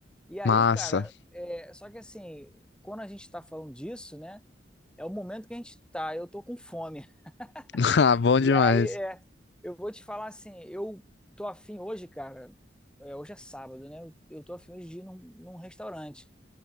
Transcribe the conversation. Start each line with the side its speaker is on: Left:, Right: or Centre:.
Centre: e aí,
Left: massa.
Centre: cara, é, só que assim, quando a gente tá falando disso, né? É o momento que a gente tá, eu tô com fome.
Left: <laughs> Ah,
Centre: <laughs>
Left: bom
Centre: E
Left: demais.
Centre: aí, é, eu vou te falar assim, eu tô afim hoje, cara, é, hoje é sábado, né? Eu, eu tô afim hoje de ir num, num restaurante.